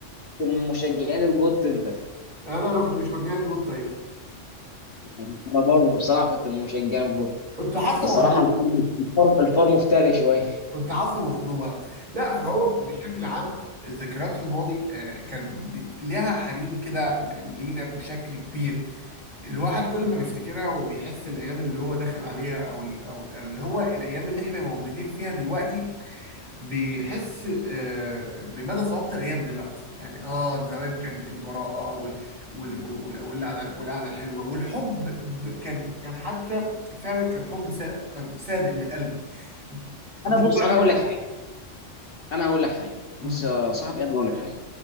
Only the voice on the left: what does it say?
كنت من مشجعين الجوت انت
انا برضه بصراحه كنت من مشجعين الجوت
بصراحه
الفرم الفرم, الفرم افتري شويه
انا بص انا هقول لك حاجه انا هقول لك حاجه
بص يا صاحبي انا هقول لك حاجه